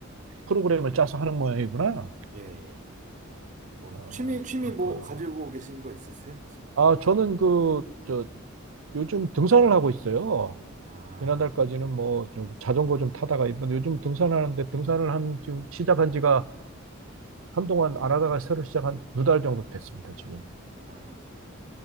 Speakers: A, on the right; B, on the right.
A: 프로그램을 짜서 하는 모양이구나.
B: 예, 예. 뭐,
A: 어,
B: 취미, 취미
A: 그렇구나.
B: 뭐, 가지고 계신 거 있으세요?
A: 아, 저는 그, 저, 요즘 등산을 하고 있어요.
B: 아,
A: 지난달까지는 뭐, 저 자전거 좀 타다가 이번 요즘 등산하는데 등산을 한, 지금 시작한 지가 한동안 안 하다가 새로 시작한 두 달 정도 됐습니다, 지금.
B: 아,